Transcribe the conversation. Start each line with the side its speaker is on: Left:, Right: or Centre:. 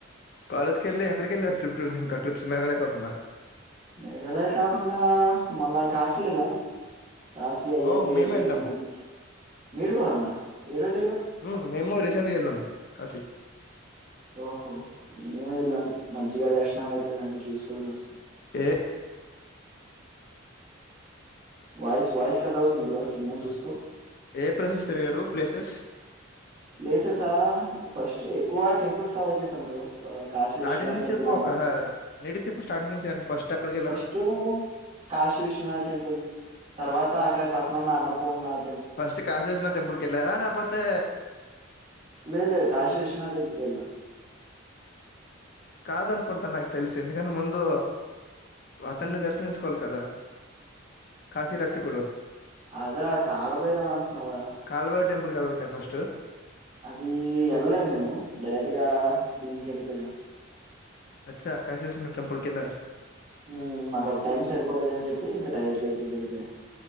Left: కాలేజ్ కి వెళ్ళి ఎక్కడికి వెళ్ళారు ట్రిప్ ఇంకా ట్రిప్స్ మేఘాలయ కాకుండా
Right: మేఘాలయ కాకుండా మొన్న కాశీ ఎలా కాశీ అయోధ్య
Left: ఓ మేమే
Right: వెళ్లి
Left: వెళ్ళాం
Right: మొత్తం చూపించి వీడు గుడా నా ఈరోజు
Left: ఉ మేము రీసెంట్ గా వెళ్ళాం కాశీ
Right: ఓహో మేము ఎలా మన్ మంచిగా దర్శనం అయిపోయింది అన్ని చూసుకోని వస్తాం
Left: ఏ
Right: వాయిస్ వాయిస్ కట్ అవుతుంది బ్రో సిగ్నల్
Left: రావచ్చు
Right: చూసుకో
Left: ఏ ప్లేసెస్ తిరిగారు ప్లేసెస్
Right: ప్లేసెసా ఫస్ట్ ఎక్కువ టెంపుల్స్ కవర్ చేసాం బ్రో ఆ కాశీ
Left: స్టార్టింగ్
Right: విశ్వనాథ్
Left: నుంచి
Right: టెంపుల్
Left: చెప్పు
Right: అమ
Left: ఒక నీటికి చెప్పు స్టార్టింగ్ నుంచి అంటే ఫస్ట్ అక్కడికి వెళ్ళారు
Right: నెక్స్ట్ కాశీ విశ్వనాథ్ టెంపుల్ తర్వాత అక్కడే పక్కన ఉన్న అన్నపూర్ణ నాధ్
Left: ఫస్ట్ కాసేస్ల టెంపుల్ కి వెళ్ళారా లేపోతే
Right: లేదు లేదు కాశీ విశ్వనాథ టెంపుల్ వెళ్ళాం
Left: కాదనుకుంటా నాకు తెలిసి ఎందుకంటే ముందు అతన్ని
Right: ఉమ్.
Left: దర్శించుకోవాలి కదా కాశీ రక్షకుడు
Right: అదా కాలభైరవ అంటున్నావా
Left: కాల్బాయి టెంపుల్ కదా వి క ఫస్ట్
Right: అది వెళ్ళలేము మేము డైరెక్ట్ గా దీనికి వెళ్ళిపోయాం
Left: అచ్చా కాశీ విశ్వనాధ్ టెంపుల్ కేల
Right: ఉ మాకు అప్పుడు టైం సరిపోలేదని చెప్పి ఇంకా డైరెక్ట్ గా ఇక్కడికే వెళ్లిపోయాం